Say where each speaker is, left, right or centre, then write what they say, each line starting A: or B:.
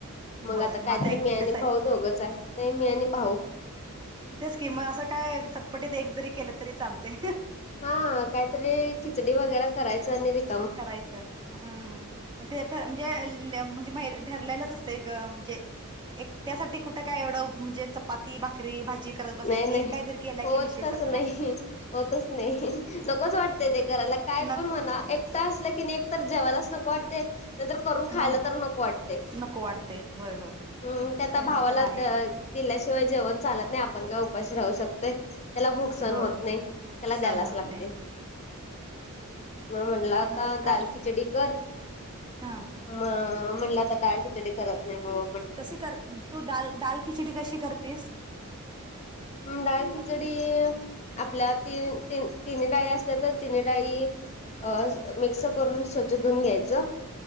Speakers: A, on the left; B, on the right.
A: मग
B: बरं
A: आता कायतरी
B: एकटेच
A: मी आणि
B: आहेत
A: भाऊ दोघंच आहे नाही मी आणि भाऊ
B: ते स्कीम असं काय चटपटीत एक जरी केलं तरी चालते.
A: हा काहीतरी खिचडी वगैरे करायच आणि रिक
B: करायचं हम् ते म्हणजे ठरलेलंच असतणे. एकट्यासाठी कुठे काय एवढं म्हणजे चपाती भाकरी भाजी त बसायच
A: नाही
B: एक
A: नाही
B: कायतरी केला
A: होतच
B: की विषे आपला
A: नाही होतच नाही नकोच वाटतय ते करायला काय
B: नको
A: पण म्हणा एक. असलं की एक तर जेवाणलाच नको वाटते. नाही तरर करून खायला
B: हा
A: तर नक वाटते
B: नको वाटतंय होय होय
A: हम् त्या
B: ते
A: आ भावाला
B: मग तर आहेच
A: दिल्याशिवाय जेवण चालत नाही आपण काय उपाशी राहू शकतय. त्याला भूक सण
B: होय
A: होत नाही त्याला द्यायलाच
B: सण होत
A: लागते.
B: नाही
A: मग म्हटला
B: नंतर
A: होता
B: ठरलं
A: दाल खिचडी कर.
B: हा.
A: म म्हणलं आता टाळखिटडी करत नाही बाबा म्हण.
B: कशी कर तू दाल दाल खिचडी कशी करतेस.
A: डाळ खिचडी आपल्या तीन तिन्ही डाळी असल्या तर तिन्ही डाळी अ मिक्स करून स्वच्छ धुऊून घ्यायचं.